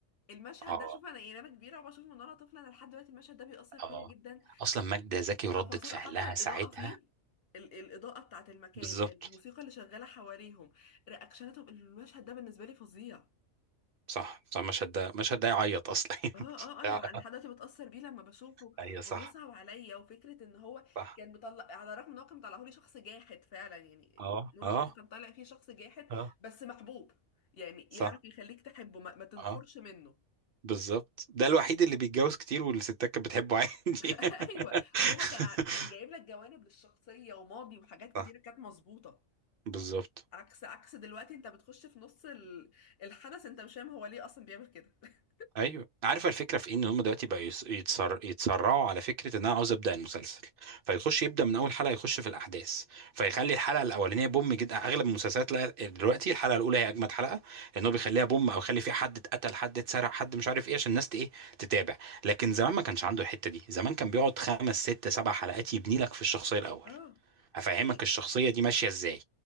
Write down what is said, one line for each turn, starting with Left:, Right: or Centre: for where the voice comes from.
Left: المشهد
Right: اه
Left: ده شوف انا يعني انا كبيره وبشوفه من وانا طفله انا لحد دلوقتي المشهد ده بيأثر فيا
Right: اه
Left: جدا
Right: اصلا ماجدة زكي وردة
Left: تفاصيله
Right: فعلها
Left: حتى الاضاءه
Right: ساعتها
Left: فيه ال- الاضاءه بتاعت المكان
Right: بالظبط
Left: الموسيقى اللي شغاله حواليهم رياكشناتهم المشهد ده بالنسبه لي فظيع
Right: صح صح مشهد ده مشهد ده يعيط اصلا
Left: اه اه
Right: <laughs> مشهد
Left: اه
Right: ده-
Left: انا أنا لحد دلوقتي بتأثر بيه لما بشوفه
Right: ايوه صح
Left: وبيصعب عليا وفكرة ان هو
Right: صح
Left: كان مطلع على الرغم ان هو كان مطلعه لي شخص جاحد فعلا يعني
Right: اه
Left: نور
Right: اه
Left: الشريف كان طالع فيه شخص جاحد
Right: اه
Left: بس محبوب يعني يعرف
Right: صح
Left: يخليك تحبه ما, ما تنفرش
Right: اه
Left: منه
Right: بالظبط ده الوحيد اللي بيتجوز كتير والستات كانت بتحبه عادي
Left: <laughs>
Right: <laughs> <laughs>
Left: ايوه هو كان ع- كان جايب لك جوانب للشخصية وماضي وحاجات كتيرة
Right: صح،
Left: كانت مظبوطة
Right: بالظبط
Left: عكس عكس دلوقتي انت بتخش في نص ال- الحدث انت مش فاهم هو ليه اصلا بيعمل كده <laughs>
Right: ايوه عارف الفكره في إيه؟ ان هم دلوقتي بقى يص- يتسر... يتسرعوا على فكره ان انا عاوز ابدا المسلسل فيخش يبدا من اول حلقه يخش في الاحداث فيخلي الحلقه الاولانيه بوم جدا اغلب المسلسلات لا دلوقتي الحلقه الاولى هي اجمد حلقه لان هو بيخليها بوم او يخلي فيها حد اتقتل حد اتسرق حد مش عارف ايه عشان الناس ت- ايه تتابع لكن زمان ما كانش عنده الحته دي زمان كان بيقعد خمس ست سبع حلقات يبني لك في الشخصيه الاول
Left: اه
Right: افهمك
Left: يعني
Right: الشخصيه دي ماشيه ازاي